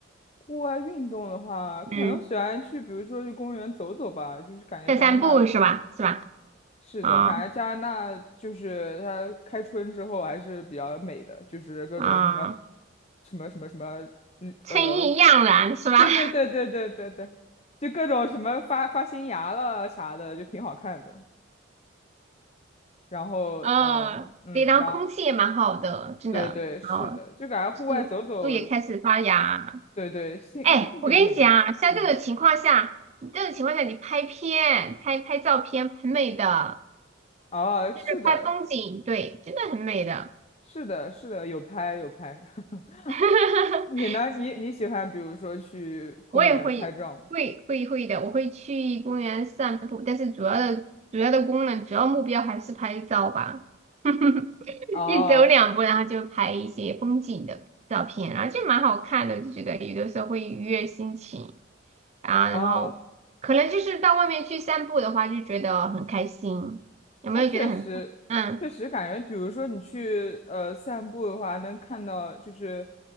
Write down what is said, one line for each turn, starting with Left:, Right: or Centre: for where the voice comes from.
Left: 户外运动的话，可能喜欢去，
Right: 嗯，
Left: 比如说去公园走走吧，就是感觉加拿大。
Right: 散散步是吧？是吧？
Left: 是的，
Right: 啊、
Left: 感觉加拿大就是它开春之后还是比较美的，就是各种什么
Right: 啊、
Left: 什么什么什么，嗯呃，
Right: 春意盎然是吧？
Left: 对对对对对对对，
Right: <laughs>
Left: 就各种什么发发新芽了啥的，就挺好看的。然后，
Right: 哦，
Left: 嗯、嗯，
Right: 对，然后空气也蛮好的，
Left: 然后
Right: 真的。
Left: 对对是的，
Right: 哦，
Left: 就感觉户外走走，
Right: 树树也开始发芽，
Left: 对对，心心情也会变好。
Right: 哎，我跟你讲，啊，像这种情况下，
Left: 嗯，
Right: 这种情况下，你拍片、拍拍照片，很美的，
Left: 哦，是的，
Right: 就是拍风景，对，真的很美的。
Left: 是的，是的，有拍有拍。<laughs>
Right: <laughs>
Left: 你呢？你你喜欢比如说去公园拍照吗？
Right: 我也会会会会的，我会去公园散步，但是主要的主要的功能、主要目标还是拍照吧。<laughs>
Left: 哦
Right: 一走两步，然后就拍一些风景的照片，然后就蛮好看的，我就觉得有的时候会愉悦心情。啊，然后可能就是到外面去散步的话，
Left: 哦，
Right: 就觉得很开心，有没有觉得很？
Left: 啊，确实，
Right: 嗯
Left: 确实感觉，比如说你去呃散步的话，能看到就是